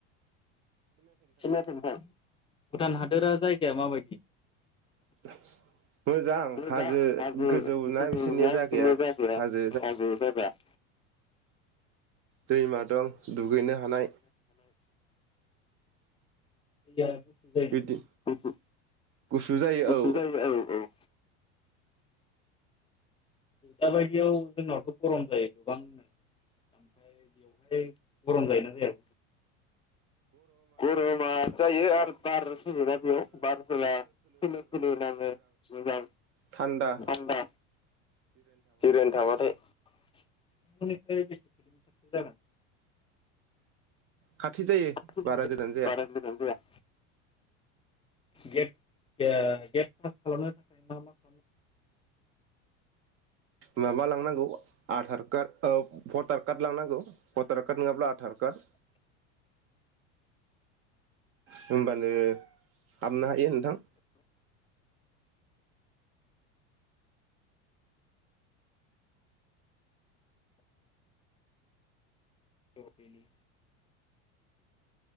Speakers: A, on the left; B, on the right.
A: खोनायाखै नोंथां भुटान हादोरा जायगाया मा बायदि?
B: <inaudible>
A: मोजां
B: हाजो
A: हाजो
B: गोजौ
A: गोजौ
B: बिसोरनिया
A: ना
B: जागाया
A: जिखुनु जायगाया
B: हाजो
A: हाजो जायगा। <inaudible>
B: दैमा दं दुगैनो हानाय।
A: दैया गुसु जायो
B: बिदि
A: गुसु
B: गुसु जायो
A: गुसु
B: औ
A: जायो औ औ। दाबायदियाव जोंनावथ' गरम जायो गोबांनो। बेवहाय गरम जायोना जाया? गरमा जायो आरो बार फैयोना बेयाव बार फैब्ला खोलो खोलो नाङो। मोजां
B: थान्दा
A: थानदा जिरायना थाबाथाय। नोंथांमोननिफ्राय बेसे किल'मिटारसो जागोन?
B: खाथि जायो
A: <unintelligible>
B: बारा गोजान जाया
A: बारा गोजान जाया। गेट ओ गेट पास खालामनो थाखाय मा मा <unintelligible>
B: माबा लांनांगौ आधार कार्ड भटार कार्ड लांनांगौ। भतार कार्ड नङाब्ला आदार कार्ड होमबानो हाबनो हायो नोंथां।
A: अ बेनि